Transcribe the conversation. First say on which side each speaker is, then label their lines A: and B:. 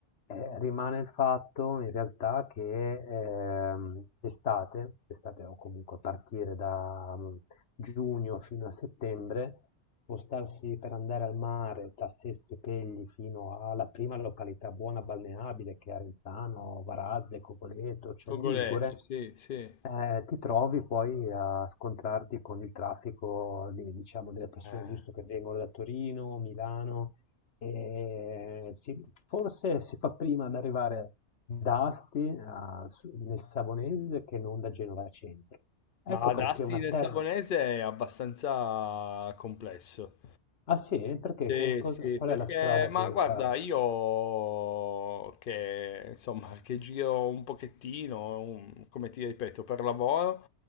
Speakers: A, on the left (about 70°); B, on the left (about 60°).
A: eh, rimane il fatto in realtà che ehm, estate, estate o comunque a partire da mm, giugno fino a settembre, Spostarsi per andare al mare da Sestri Pegli fino alla prima località buona balneabile che è Arenzano, Varazze, Cogoleto, Celle
B: Cogoleto,
A: Ligure,
B: sì, sì.
A: eh, ti trovi poi a scontrarti con il traffico di- diciamo, delle persone
B: eh.
A: giusto che vengono da Torino, Milano, e si- forse si fa prima ad arrivare da Asti a- su- nel Savonese che non da Genova Centro.
B: Ma
A: Ecco
B: ad
A: perché
B: Asti
A: una
B: nel
A: terra
B: Savonese è abbastanza complesso.
A: Ah sì? Perché?
B: Sì,
A: Che cosa-
B: sì,
A: qual
B: perché,
A: è la strada
B: ma
A: che devi
B: guarda,
A: fare?
B: io che insomma, che giro un pochettino, un- come ti ripeto, per lavoro,